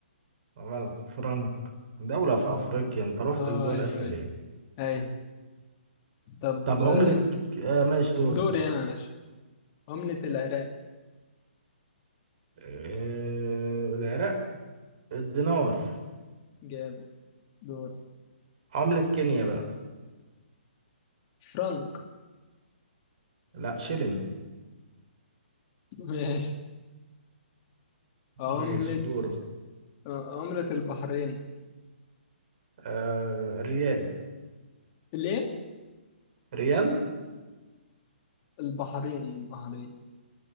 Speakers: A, on the right; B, on the left.
A: غلط فرنك دولة في
B: اه
A: أفريقيا أنت رحت
B: آه،
A: لدول
B: ايوه
A: آسيا
B: ايوه
A: ليه
B: ايوه طب
A: طب
B: آه،
A: عملة ك- آه ماشي دورك
B: دوري انا يا باشا عملة العراق
A: آه... العراق الدينار
B: جاب دور
A: عملة كينيا بقى
B: فرنك
A: لا شيلين
B: <laughs> ماشي عملة
A: ماشي دوره
B: آه، عملة البحرين
A: آه ريال
B: الايه
A: ريال
B: البحرين البحرين